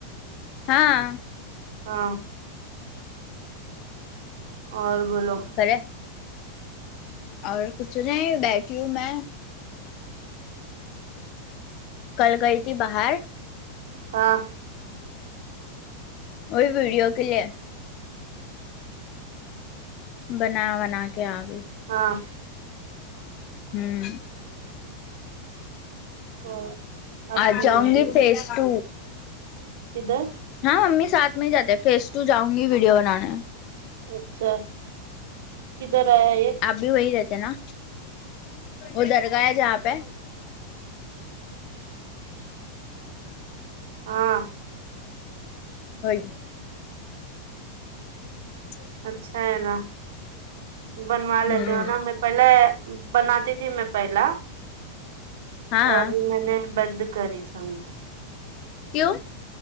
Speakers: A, on the left; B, on the right.
A: ہاں
B: ہاں اور بولو
A: خرے اور کچھ نہیں بیٹھی ہوں میں کل گئی تھی باہر
B: ہاں
A: اور ویڈیو کے لیے بنا بنا کے آ گئی
B: ہاں
A: ہوں
B: اور آپ
A: آج
B: کی
A: جاؤں
B: ممی
A: گی فیس
B: سب
A: ٹ
B: کدھر
A: ہاں امی ساتھ میں ہی جات فیس ٹ جاؤں گی ویڈیو بنانے
B: اچھا کدھر آیا یہ
A: آپ بھی وہی رہتے نا وہ درگاہ جہاں پہ
B: ہاں
A: وہی ج
B: اچھا ہے نا بنوا
A: ہوں
B: لیتے ہو نا ہم پہلے بناتی تھی میں پہلا
A: ہاں
B: تو ابھی میں نے بند کری سمجھیں
A: کیوں